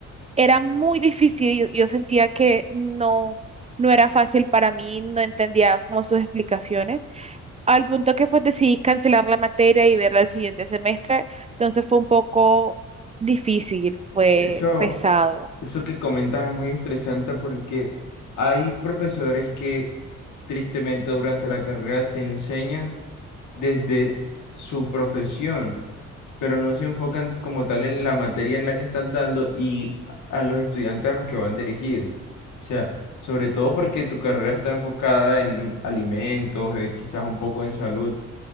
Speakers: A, on the right; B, on the left.
A: era muy difícil, yo, yo sentía que no, no era fácil para mí, no entendía como sus explicaciones, al punto que pues decidí cancelar la materia y verla el siguiente semestre, entonces fue un poco difícil, fue
B: Eso,
A: pesado.
B: eso que comentas es muy estresante porque hay profesores que tristemente durante la carrera te enseñan desde su profesión pero no se enfocan como tal en la materia en la que están dando y a los estudiantes a los que van dirigidos. O sea, sobre todo porque tu carrera está enfocada en alimentos, eh, quizás un poco en salud.